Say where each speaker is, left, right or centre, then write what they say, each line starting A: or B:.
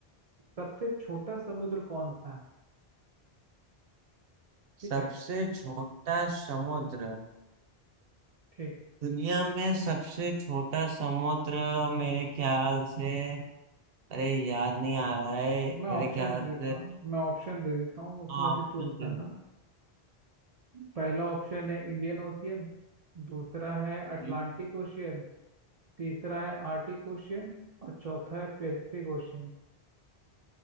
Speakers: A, on the right; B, on the right.
A: सबसे छोटा समुद्र कौन सा है ठीक
B: सबसे
A: है
B: छोटा समुद्र
A: ठीक
B: दुनिया में सबसे छोटा समुद्र मेरे ख्याल से अरे याद नहीं आ रहा है
A: मैं ऑप्शन
B: मेरे ख्याल
A: दे देता
B: से
A: हूँ मैं ऑप्शन दे देता हूँ उसमें
B: हाँ ऑप्शन
A: से चूज
B: दो।
A: करना पहला ऑप्शन है इंडियन ओशियन दूसरा है अटलांटिक
B: हम्म।
A: ओशियन तीसरा है आर्टिक ओशियन और चौथा है पैसिफिक ओशियन